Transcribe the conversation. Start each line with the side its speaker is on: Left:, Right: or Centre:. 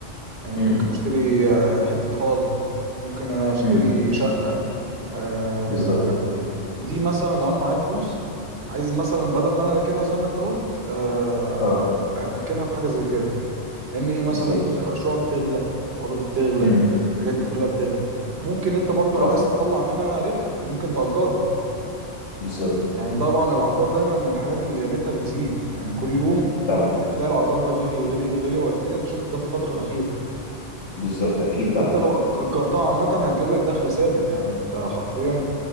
Right: يعني
Left: امم
Right: ممكن أشتري آه، حتة أرض ممكن أشتري
Left: امم
Right: شقة آه،
Left: بالظبط
Right: دي مثلا لو أنا معايا فلوس عايز مثلا بدل ما أنا أركنها زي ما أنت قلت آه،
Left: اه
Right: أركنها في حاجة زي كده لأن إيه مثلا
Left: بالظبط
Right: الشقق بتغلى الأراضي بتغلى
Left: امم
Right: الحاجات دي كلها بتغلى ممكن أنت برضو
Left: اه
Right: لو عايز تطلع منها ربح ممكن تأجرها
Left: بالظبط
Right: يعني طبعا العقار دايما من الحاجات اللي قيمتها بتزيد يعني كل يوم
Left: طبعا
Right: بتلاقي العقار ده غلي غلي غلي واكيد انت شفت ده في الفتره الاخيره
Left: بالظبط اكيد طبعا
Right: وانت لو أج- اجرتها عامه هتجيب لك دخل ثابت يعني انت حرفيا